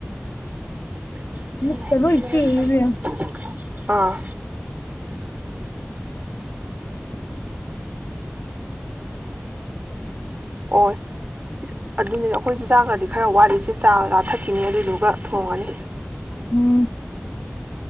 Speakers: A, on the right; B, on the left.
A: <unintelligible>
B: ꯃꯤꯠꯀ ꯂꯣꯏ ꯆꯤꯛꯑꯦ ꯏꯕꯦꯝꯃ
A: ꯑꯥ ꯑꯣꯏ ꯑꯗꯨꯅꯤꯗ ꯑꯩꯈꯣꯏꯁꯨ ꯆꯥꯛꯀꯥꯗꯤ ꯈꯔ ꯋꯥꯠꯂꯤ ꯏꯆꯦ ꯆꯥ ꯀꯩꯀꯥ ꯊꯛꯈꯤꯅꯤ ꯑꯗꯨꯗꯨꯒ ꯊꯣꯡꯉꯅꯤ
B: ꯎꯝ